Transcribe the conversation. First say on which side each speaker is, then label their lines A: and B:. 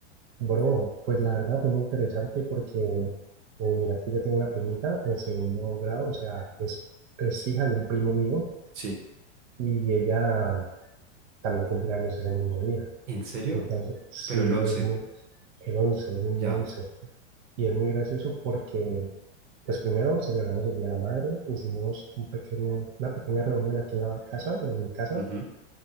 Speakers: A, on the right; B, on the right.
A: Bro, pues la verdad fue muy interesante porque eh, mira, aquí yo tengo una primita en segundo grado, o sea, es, es hija de un primo mío
B: Sí.
A: y ella también cumple años ese mismo día.
B: ¿En serio?
A: Entonces, sí,
B: Pero el
A: bro,
B: 11
A: es muy, el 11 el mismo
B: ya.
A: once Y es muy gracioso porque, pues primero celebramos el Día de la Madre, hicimos un pequeño, una pequeña reunión aquí en la casa, en mi casa,
B: Ujú,